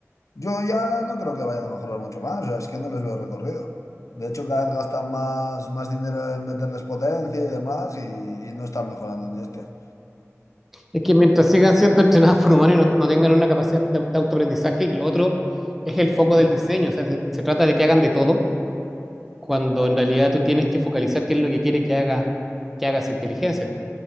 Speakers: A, on the left; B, in the centre.
A: Yo ya no creo que vayan a mejorar mucho más, o sea, es que no les veo recorrido. De hecho, cada vez gastan más, más dinero en meterles potencia y demás y, y no están mejorando ni este.
B: Es que mientras sigan siendo entrenados por humanos y no, no tengan una capacidad de, de autoaprendizaje, y lo otro es el foco
A: <laughs>
B: del diseño, o sea, se, se trata de que hagan de todo, cuando en realidad tú tienes que focalizar qué es lo que quiere que haga, que haga esa inteligencia.